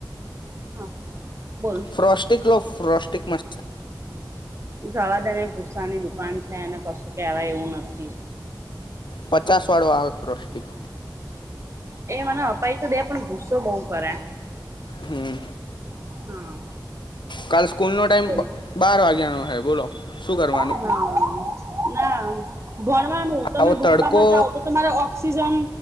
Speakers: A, on the right; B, on the left.
A: હા બોલ
B: ફ્રોસ્ટિક લો ફ્રોસ્ટિક મસ્
A: જવા તને ભુસ્સા ની દુકાન છે અનેને કશું કેવાય એવું ના પખી
B: પચાસ વાળું આવે છે રષ્ટિકો
A: એ મને અપાઈ તો દે પણ ગુસ્સો બહુ કરે
B: હમ
A: હા
B: કાલ સ્કૂલ નો ટાઈમ
A: બોલ
B: બાર વાગ્યાનોો હ બોલો શું કરવાનું
A: હા ના ભણવાનું તમે
B: આવો
A: ભણમાં
B: તડકો
A: જાવ તો તમારે ઓક્સિજન